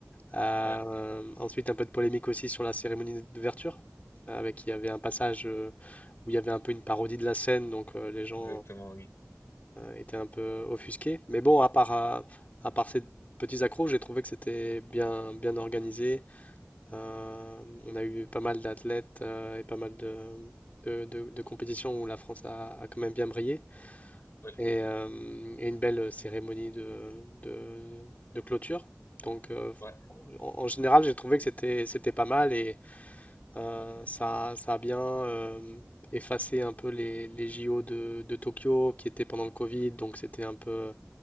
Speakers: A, on the left; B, on the left.
A: Euh,
B: ouais,
A: ensuite, un peu de polémique aussi sur la cérémonie d'ouverture, avec il y avait un passage euh, où il y avait un peu une parodie de la Seine, donc euh, les gens
B: exactement, oui.
A: était un peu offusqué. Mais bon, à part, euh, à part ces petits accros, j'ai trouvé que c'était bien, bien organisé. Euh, on a eu pas mal d'athlètes euh, et pas mal de, de, de- de compétitions où la France a, a quand même bien brillé.
B: Ouais,
A: Et, euh, et une belle cérémonie de, de, de clôture. Donc, euh,
B: ouais,
A: en, en général, j'ai trouvé que c'était, c'était pas mal et euh, ça, ça a bien euh, effacé un peu les, les JO de, de Tokyo qui étaient pendant le Covid. Donc, c'était un peu